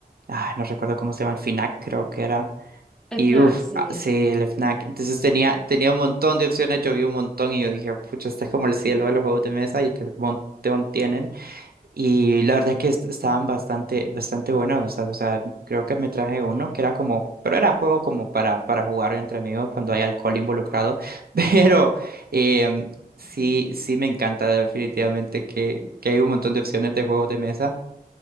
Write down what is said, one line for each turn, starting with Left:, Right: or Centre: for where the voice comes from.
Right: Ay, no recuerdo cómo se llama, el FNAC creo que era.
Centre: FNAC,
Right: Y uff,
Centre: sí.
Right: sí, el FNAC. Entonces tenía, tenía un montón de opciones, yo vi un montón y yo dije, pucha, este es como el cielo de los juegos de mesa y qué montón tienen. Y la verdad es que est- estaban
Centre: Sí,
Right: bastante, bastante buenos. O sea, o sea, creo que me traje uno que era como, pero era juego como para, para jugar entre amigos cuando hay alcohol involucrado. <laughs> Pero em, sí,
Centre: sí.
Right: sí me encanta definitivamente que, que hay un montón de opciones de juegos de mesa.